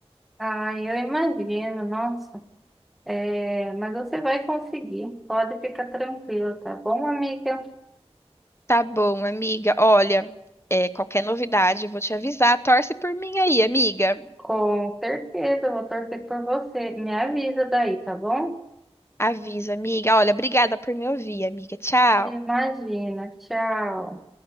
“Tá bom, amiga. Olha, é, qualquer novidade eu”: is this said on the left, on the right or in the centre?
Left